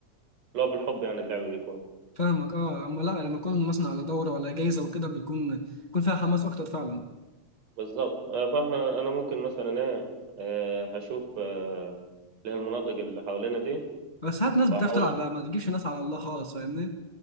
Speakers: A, on the right; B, on the left.
A: اللي هو بالحب يعني اللعب بيكون
B: فاهمك اه اما لا لما يكون مثلا على دوره ولا جايزه وكده بيكون بيكون فيها حماس اكتر فعلا
A: بالظبط آه، فاحنا انا ممكن مثلا ايه آه، هشوف آه، اللي هي المناطق اللي حوالينا دي
B: بس ساعات ناس
A: وهحاول
B: بتعرف تلعب بقى ما تجيبش ناس على الله خالص فاهمني